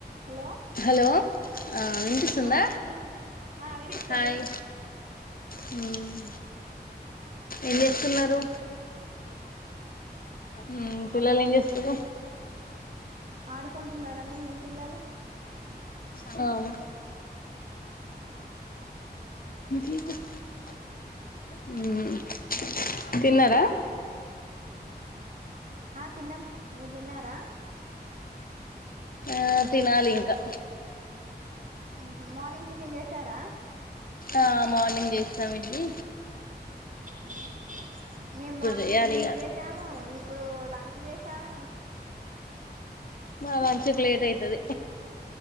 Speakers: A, on the right (about 50°); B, on the left (about 55°).
A: Hello
B: hello ఆ వినిస్తుందా
A: hi అండి ఆ వినిపిస్తుంది
B: హాయ్ హుమ్ ఏం చేస్తున్నారు ఉమ్ పిల్లలు ఏమి చేస్తురు
A: ఆడుకుంటున్నారండి మీ పిల్లలు
B: అవును <unintelligible> ఉమ్ తిన్నారా
A: ఉమ్ ఆ తిన్నాం మీరు తిన్నారా
B: ఆ తినాలి ఇంకా
A: ఉహు మార్నింగ్ టిఫిన్ చేసారా
B: ఆ మార్నింగ్ చేసినాం ఇడ్లి
A: బ మేము మార్నింగ్
B: చెయ్యాలి
A: టిఫిన్
B: ఇగ
A: చేసాము ఇప్పుడు లంచ్ చేసాము
B: మా మంచుకి లేట్ అయితది